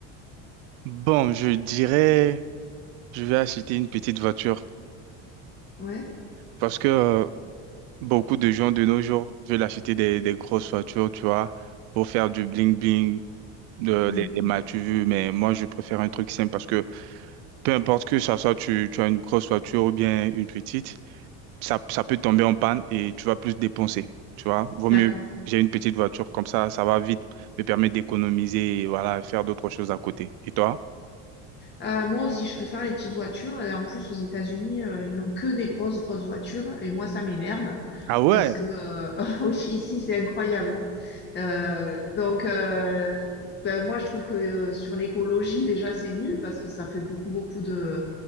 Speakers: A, on the right; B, on the left.
A: Bon, je dirais, je vais acheter une petite voiture
B: Ouais.
A: parce que euh, Beaucoup de gens de nos jours veulent acheter des, des grosses voitures, tu vois, pour faire du bling-bling, de,
B: Hmm,
A: les, les mal tu veux, mais moi, je préfère un truc simple parce que peu importe que ça soit tu, tu as une grosse voiture ou bien une petite, ça, ça peut tomber en panne et tu vas plus dépenser, tu vois. Vaut
B: d'accord.
A: mieux, j'ai une petite voiture, comme ça, ça va vite me permet d'économiser et voilà, faire d'autres choses à côté. Et toi?
B: Euh, moi aussi, je préfère les petites voitures. Et en plus, aux États-Unis, euh, ils n'ont que des grosses, grosses voitures. Et moi, ça m'énerve
A: Ah ouais,
B: parce que euh, <laughs> oui, ici, c'est incroyable. Euh, donc, euh, ben, moi, je trouve que euh, sur l'écologie, déjà, c'est nul parce que ça fait beaucoup, beaucoup de,